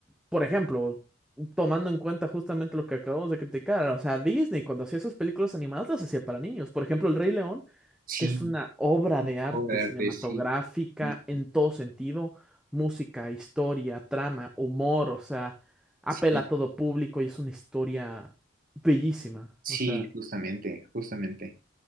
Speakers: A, in the centre; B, on the right.
A: por ejemplo, tomando en cuenta justamente lo que acabamos de criticar, o sea, Disney cuando hacía sus películas animadas las hacía para niños. Por ejemplo, El Rey León,
B: Sí,
A: que es una obra de arte
B: obra de
A: cinematográfica
B: arte, sí, sí,
A: en todo sentido, música, historia, trama, humor, o sea, apela
B: sí,
A: a todo público y es una historia bellísima.
B: sí,
A: O sea.
B: justamente, justamente.